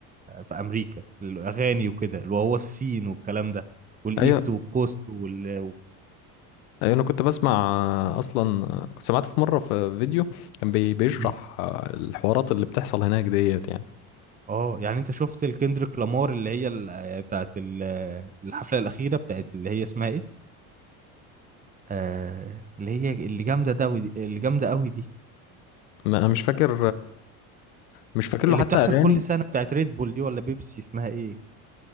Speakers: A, on the right; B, on the left.
A: في أمريكا الأغاني وكده اللي هو السين والكلام ده والإيست
B: ايوه
A: والكوست وال و-
B: ايوه انا كنت بسمع اصلا كنت سمعت في مرة في فيديو كان بي... بيشرح
A: مم.
B: الحوارات اللي بتحصل هناك ديت يعني
A: اه يعني انت شفت الكندريك لامار اللي هي ال- آه، بتاعت ال- آه، الحفلة الأخيرة بتاعت اللي هي اسمها ايه آه اللي هي اللي جامدة ده ودي- اللي جامدة قوي دي
B: ما- انا مش فاكر مش فاكر له
A: اللي
B: حتى
A: بتحصل
B: اغاني
A: كل سنة بتاعت ريد بول دي ولا بيبسي اسمها ايه